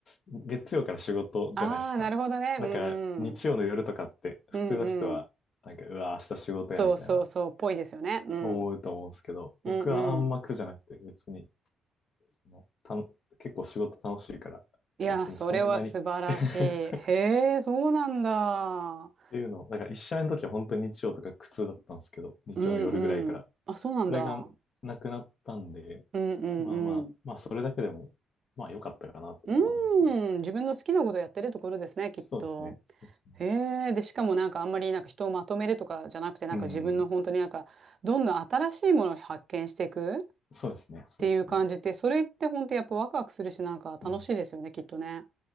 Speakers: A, on the left (about 50°); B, on the right (about 50°).
A: 月曜から仕事じゃないですか。
B: ああ、なるほどね。
A: だから、
B: うん
A: 日曜の夜とかって、
B: うん。
A: 普通の人は、
B: うんうん。
A: なんか、うわ、明日仕事や、
B: そうそうそう、
A: みたいな、
B: ぽいですよね。うん。
A: 思うと思うんですけど、
B: うんうん。
A: 僕はあんま苦じゃなくて、別に、その、たの、結構仕事楽しいから、
B: いや、
A: 別にそんなに
B: それは素晴らしい。
A: <laughs>
B: へえ、そうなんだ。
A: っていうのを、だから一社目の時は本当に日曜とか苦痛だったんですけど、日曜の夜ぐらいから。
B: うんうん。あ、そうなんだ。
A: それがなくなったんで、
B: うんうんうん。
A: まあまあ、まあそれだけでも、まあ良かったかなと思いますね。
B: うん、自分の好きなことやってるところですね、きっと。
A: そうですね。そうですね。
B: へえ、で、しかもなんかあんまりなんか人をまとめるとかじゃなくて、なんか自分の本当になんか、
A: うん。
B: どんどん新しいものを発見していくっ
A: そうですね。そうですね。
B: ていう感じって、それって本当やっぱワクワクするし、なんか楽しいですよね、
A: うん。
B: きっとね。